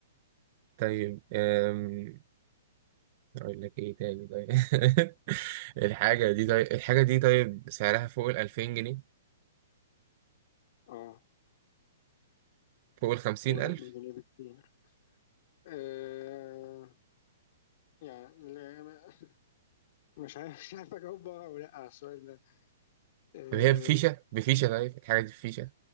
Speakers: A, on the right (about 40°); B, on the left (about 45°).
A: طيب أم... أقول لك إيه تاني طيب <laughs> الحاجة دي طيب الحاجة دي طيب سعرها فوق الألفين جنيه
B: اه
A: فوق الخمسين
B: قول
A: ألف
B: 2000 جنيه بكتير آه يعني لا ما- <laughs> مش عارف مش عارف اجاوب بقى او لا على السؤال ده آه
A: طب هي بفيشة بفيشة طيب الحاجة دي بفيشة